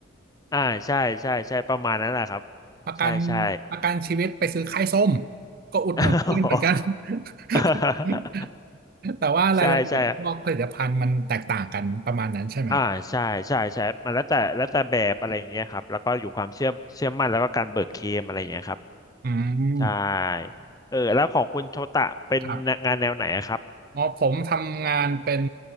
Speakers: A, on the left; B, on the right.
A: อ่าใช่ใช่ใช่ประมาณนั้นแหละครับ
B: ประกัน
A: ใช่ใช่
B: ประกันชีวิตไปซื้อค่ายส้มก็อุดหนุนเพื่อนเหมือนกัน
A: <laughs>
B: <laughs>
A: <laughs>
B: แต่ว่ารายละเอียดพวกผลิตภัณฑ์มันแตกต่างกันประมาณนั้นใช่ไหมครับ
A: ใช่ใช่อ่าใช่ใช่ใช่มันแล้วแต่แล้วแต่แบบอะไรอย่างเงี้ยครับ แล้วก็อยู่ความเชื่อเชื่อมั่นแล้วก็การเบิกเคลมอะไรอย่างเงี้ยครับ
B: อืม
A: ใช่เออแล้วของคุณโชตะเป็นงานแนวไหนอะครับ
B: ครับ อ๋อผมทำงานเป็น